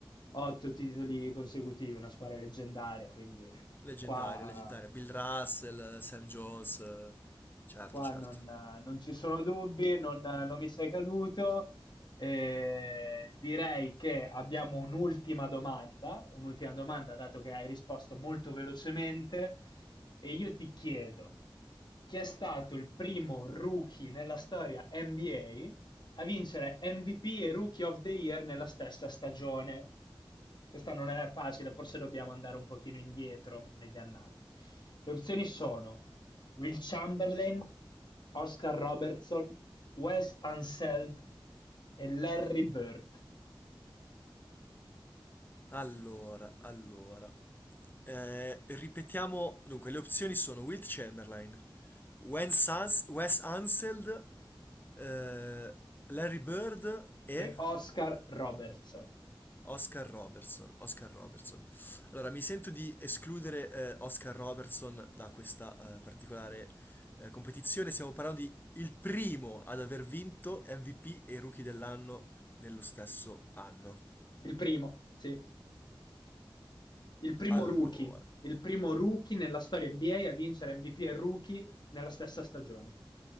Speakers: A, on the left (about 55°); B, on the left (about 20°).
A: otto titoli consecutivi, una squadra leggendaria, quindi
B: Leggendaria,
A: qua
B: leggendaria. Bill Russell, Sam Jones. eh, Certo,
A: Qua
B: certo.
A: non, non ci sono dubbi, non, non mi sei caduto. Eh, direi che abbiamo un'ultima domanda, un'ultima domanda, dato che hai risposto molto velocemente, e io ti chiedo, chi è stato il primo rookie nella storia NBA a a vincere MVP e Rookie of the Year nella stessa stagione? Questa non è facile, forse dobbiamo andare un pochino indietro negli annali. Le opzioni sono Will Chamberlain, Oscar Robertson, Wes Unseld e Larry Bird
B: Allora, allora. Eh, ripetiamo, dunque, le opzioni sono Wilt Chamberlain, Wes Hans- Wes Unseld, eh, Larry Bird e
A: e Oscar Robertson.
B: Oscar Robertson. Oscar Robertson. Allora, mi sento di escludere eh, Oscar Robertson da questa eh, particolare eh, competizione. Stiamo parlando di il primo ad aver vinto MVP e Rookie dell'anno nello stesso anno.
A: Il primo, sì. Il primo
B: Allora.
A: rookie, il primo rookie nella storia NBA a a vincere MVP e Rookie nella stessa stagione.